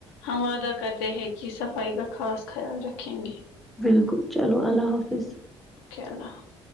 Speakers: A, on the left (about 65°); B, in the centre.
A: ہم وعدہ کرتے ہیں کی صفائی کا خاص خیال رکھیں گے
B: بالکل چلو اللہ حافظ
A: اوکے اللہ حفظ